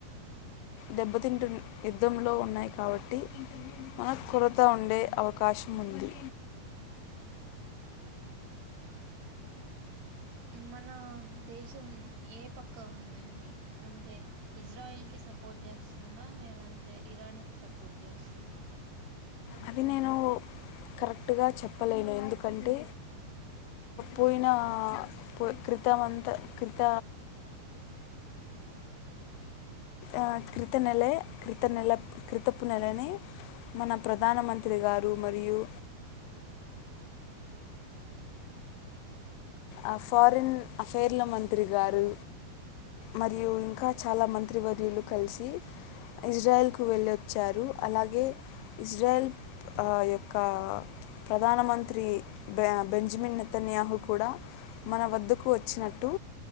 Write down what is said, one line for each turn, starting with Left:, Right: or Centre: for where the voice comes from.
Left: దెబ్బతింటు యుద్ధంలో ఉన్నాయి కాబట్టి మనకు కొరత ఉండే అవకాశం ఉంది
Right: <inaudible> మన దేశం ఏ పక్క ఉందండి అంటే. ఇజ్రాయిల్ కి సపోర్ట్ చేస్తుందా. లేదంటే ఇరాన్ కి సపోర్ట్ చేస్తుందా.
Left: అది నేను కరెక్ట్ గా చెప్పలేను ఎందుకంటే పోయిన పో. క్రితమంతా క్రిత
Right: <inaudible>
Left: ఆ క్రిత నెలే క్రిత నెల క్రితపు నెలనె మన ప్రధానమంత్రి గారు మరియు.
Right: <inaudible>
Left: ఆ ఫారిన్ అఫైర్ల మంత్రి గారు.
Right: మ్మ్
Left: మరియు ఇంకా చాలా మంత్రివర్యులు కలిసి. ఇజ్రాయల్ కు వెళ్ళొచ్చారు అలాగే ఇజ్రాయల్. ఆ యొక్క ప్రధానమంత్రి బె బెంజమిన్ నెతన్యాహు కూడా మన వద్దకు వచ్చినట్టు